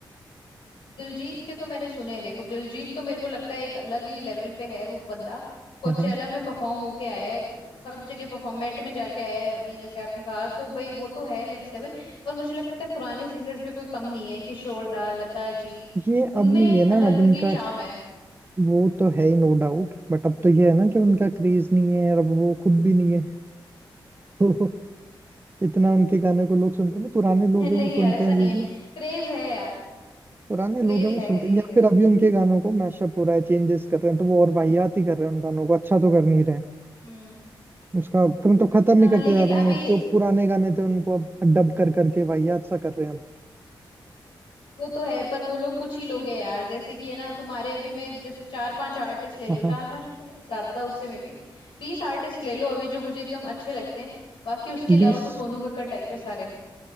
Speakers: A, on the left; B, on the right.
A: दिलजीत के तो मैंने सुने हैं देखो दिलजीत तो मेरे को लगता है एक अलग ही लेवल पे है वो बंदा कोचेला
B: हम्म
A: में परफॉर्म होके आया है सब जगह परफॉर्म मेट में जाके आया है अभी जैसे आपने कहा तो भाई वो तो है नेक्स्ट लेवल पर मुझे लगता है पुराने सिंगर्स भी कोई कम नहीं है किशोर दा लता जी
B: ये अब
A: उनमें
B: नहीं
A: एक
B: है ना
A: अलग
B: अब इनका
A: ही चाम है
B: वो तो है ही नो डाउट बट अब तो ये है ना कि उनका क्रेज नहीं है और अब वो खुद भी नहीं है <laughs> तो इतना उनके गाने को लोग सुनते हैं ना पुराने
A: <laughs> नहीं
B: लोग हैं वो
A: यार
B: सुनते
A: ऐसा
B: हैं अभी
A: नहीं है
B: भी
A: क्रेज है यार
B: पुराने लोग
A: क्रेज
B: हैं वो
A: है
B: सुनते
A: क्रेज
B: हैं या
A: है
B: फिर
A: देख
B: अभी उनके गानों को मैशअप हो रहा है चेंजेस कर रहे हैं तो वो और वाहियात ही कर रहे हैं उन गानों को अच्छा तो कर नहीं रहे
A: हम्म
B: उसका तो मतलब खत्म
A: हाँ
B: ही करते
A: लेकिन
B: जा रहे
A: अभी
B: हैं जो पुराने गाने थे उनको अब डब कर करके वाहियात सा कर रहे हैं अब
A: वो तो है पर वो लोग कुछ ही लोग हैं यार जैसे कि है ना तुम्हारे अभी मैं जैसे चार पांच आर्टिस्ट ले लो
B: हाँ हाँ।
A: चार पांच तो नहीं ज्यादा उससे में भी बीस आर्टिस्ट ले लो अभी जो मुझे एकदम अच्छे लगते हैं बाकी उसके अलावा
B: बीस
A: तो सोनू कक्कड़ टाइप है सारे